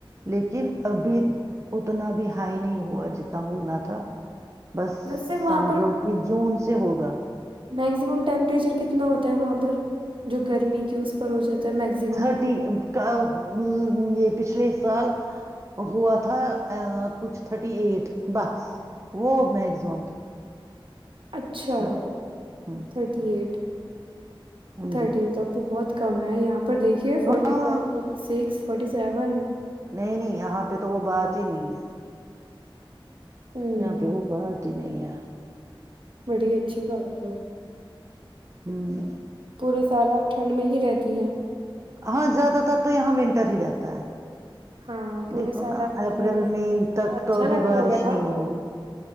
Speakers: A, on the right; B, on the right.
A: لیکن ابھی اتنا بھی ہائی نہیں ہوا جتنا ہونا تھا بس
B: ویسے وہاں
A: سمجھو کہ جون سے ہوگا
B: میگزمم ٹیمپریچر کتنا ہوتا ہے وہاں پر جو گرمی کی اس پر ہو جاتا ہے میگزیمم
A: تھرٹی کا یہ پچھلے سال ہوا تھا کچھ تھرٹی ایٹ بس وہ میکزمم تھا
B: اچھا
A: تھرٹی ہ
B: تھرٹی ایٹ <unintelligible> تھرٹی
A: جی
B: تو بہت کم ہے یہاں پر دیکھیے فورٹی
A: ہاں
B: five forty six forty seven
A: نہیں نہیں یہاں پہ تو وہ بات ہی نہیں ہے
B: ہوں
A: یہاں پہ وہ بات نہیں ہے
B: بڑی اچھی بات ہے
A: ہوں
B: پورے سال آپ ٹھنڈ میں ہی رہتے ج ہ
A: ہاں زیادہ تر تو یہاں ونٹر ہی رہتا ہے
B: ہاں پورے
A: دیکھو
B: سال
A: نا
B: آپ ٹھنڈ
A: اپریل
B: میں ہی رہتی
A: مئی تک
B: ہیں اچھا
A: تو ابھی
B: لگتا
A: بارش
B: ہوگا نا
A: نہیں ہو رہی